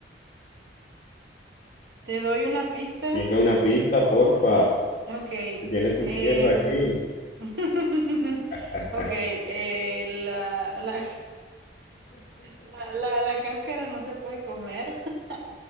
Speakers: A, on the right; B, on the left.
A: ¿Te doy una pista?
B: Dime una pista, porfa.
A: Ok.
B: Me tienes sufriendo
A: em,
B: aquí.
A: <laughs>
B: <laughs>
A: Ok, eh, la, la, la, la, la cáscara no se puede comer. <laughs>